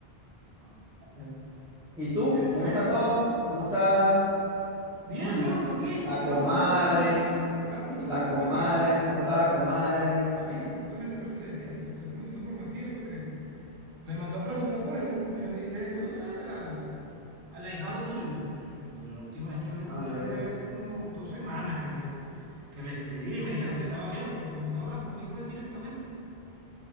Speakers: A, on the right; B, in the centre.
A: Ah, ya.
B: ¿Y tú?
A: Pensé.
B: ¿Cómo está todo? ¿Cómo está
A: Bien,
B: <clears throat>
A: loco, aquí.
B: la
A: Pues Estaba
B: comadre?
A: preguntando por Matías. Estaba preguntando
B: La
A: por
B: comadre,
A: Matías porque...
B: ¿cómo está
A: bueno,
B: la comadre?
A: Está bien, justamente por eso te decía. Te estoy preguntando por Matías porque me mandó a preguntar por él. Me dijo, ¿y desde cuándo no ves al, Al ahijado tuyo, yo- la última vez que hablé
B: No,
A: con
B: yo
A: él
B: le,
A: fue hace como dos semanas que le, que le escribí y me dijeron que estaba bien, pero como no habla conmigo él directamente,